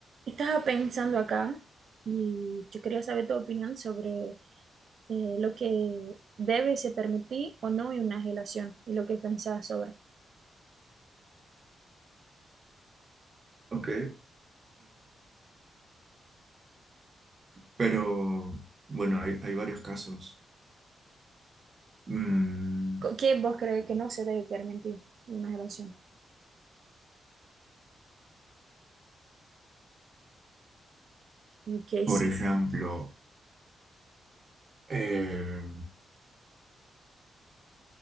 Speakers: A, on the right; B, on the right.
A: Estaba pensando acá y yo quería saber tu opinión sobre eh, lo que debe se permitir o no en una relación y lo que pensás sobre.
B: Ok, eh, pero bueno, hay, hay varios casos. Mm,
A: Co- ¿Qué vos crees que no se debe permitir en una relación? Y que
B: por
A: sí,
B: ejemplo, eh,